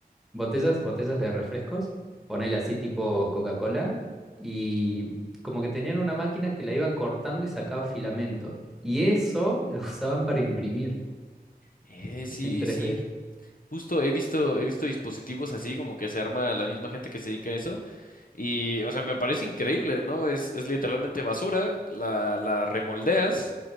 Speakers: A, in the centre; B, on the left.
A: botellas, botellas de refrescos, ponele así tipo Coca-Cola, y como que tenían una máquina que la iba cortando y sacaba filamento. Y eso lo <laughs> usaban para imprimir
B: Eh, sí,
A: en 3D.
B: sí, justo he visto, he visto dispositivos así como que se arma la misma gente que se dedica a eso Y, o sea, me parece increíble, ¿no? Es, es literalmente basura, la, la remoldeas